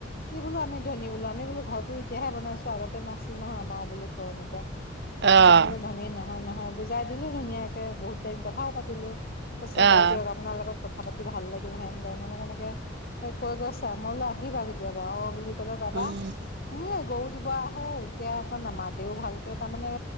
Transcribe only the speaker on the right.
অ',
অ',
উম।